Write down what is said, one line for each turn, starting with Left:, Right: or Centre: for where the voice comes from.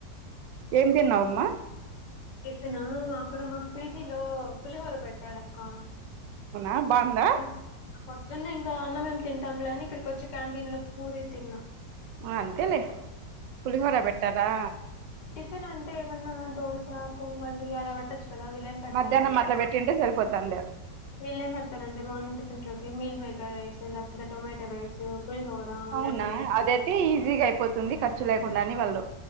Right: ఏం తిన్నావమ్మా
Left: టిఫనా అక్కడ మాకు పిజీలో పులిహోర పెట్టారక్క
Right: ఆ బాంద
Left: హ్మ్. పొద్దున్నే ఇంకా అన్నమేం తింటాం లేని ఇక్కడికి వచ్చి క్యాంటీన్ లో పూరి తిన్నా
Right: ఆ అంతేలే పులిహోర పెట్టరా
Left: టిఫన్ అంటే ఏమన్నా దోస పొంగలు ఇయలా పెట్టచ్చ కదా విలేం పెడతారంటే
Right: మధ్యాహ్నం అట్లా పెట్టింటే సరిపోతుంది
Left: విలేం పె అంటే మార్నింగ్ టిఫెంట్ లోకి మీల్ మేకర్ రైస్ లేకపోతే టొమాటో రైస్ పులిహోర,
Right: అవునా
Left: లెమన్ రైస్
Right: అదైతే ఈజీగా అయిపోతుంది ఖర్చు లేకుండా అని వాళ్ళు